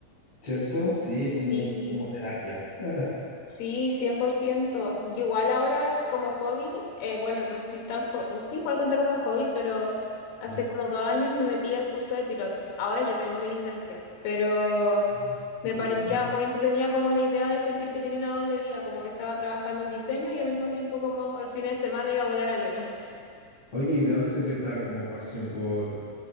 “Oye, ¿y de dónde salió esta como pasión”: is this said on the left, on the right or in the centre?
Left